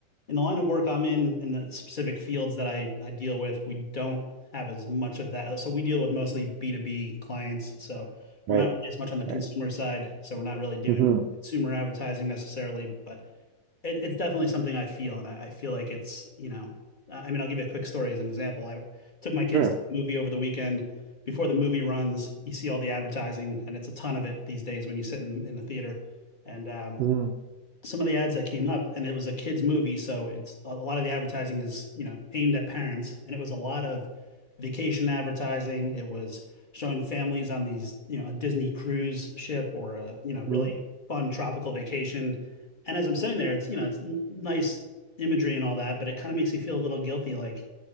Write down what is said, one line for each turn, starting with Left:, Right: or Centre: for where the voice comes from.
Left: in the line of work I'm in, in the specific fields that I, I deal with, we don't have as much of that. So we deal with mostly B2B clients. So we're
Right: Right.
Left: not really as much on the consumer
Right: Right.
Left: side. So we're not really doing
Right: hmm
Left: consumer advertising necessarily, but it, it's definitely something I feel. And I, I feel like it's, you know, I mean, I'll give you a quick story as an example. I took my kids
Right: Sure.
Left: to a movie over the weekend. Before the movie runs, you see all the advertising, and it's a ton of it these days when you sit in, in the theater. And um,
Right: hmm
Left: some of the ads that came up, and it was a kids' movie, so it's a lot of the advertising is, you know, aimed at parents, and it was a lot of vacation advertising. It was showing families on these, you know, a Disney cruise ship or a, you know, really
Right: hmm
Left: fun tropical vacation. And as I'm sitting there, it's, you know, it's n- nice imagery and all that, but it kind of makes you feel a little guilty, like